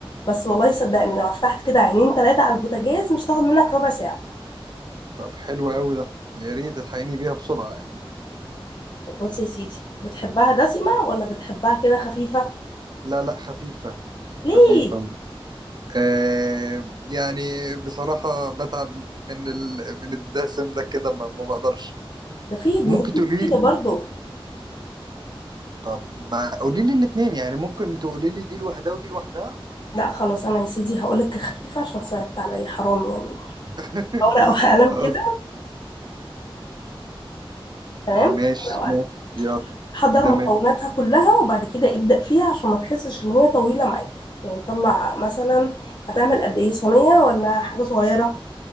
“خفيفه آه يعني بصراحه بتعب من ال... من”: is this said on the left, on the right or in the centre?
Right